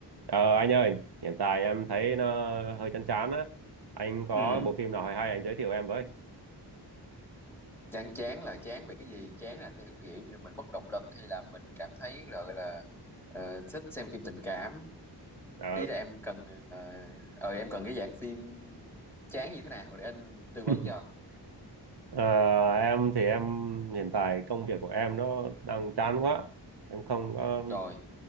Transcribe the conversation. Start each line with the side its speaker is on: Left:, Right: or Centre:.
Right: Ờ, anh ơi, hiện tại em thấy nó hơi chán chán á. Anh có
Centre: Ừ,
Right: bộ phim nào hay hay anh giới thiệu em với.
Centre: chán chán là chán về cái gì? Chán là theo kiểu như mình mất động lực hay là mình cảm thấy là gọi là ờ, thích xem phim tình cảm.
Right: Ờ,
Centre: Ý là em cần ờ ờ, em cần cái dạng phim chán như thế nào để anh tư vấn
Right: <laughs>
Centre: cho.
Right: ờ, em thì em hiện tại công việc của em nó đang chán quá. Em không có
Centre: Rồi,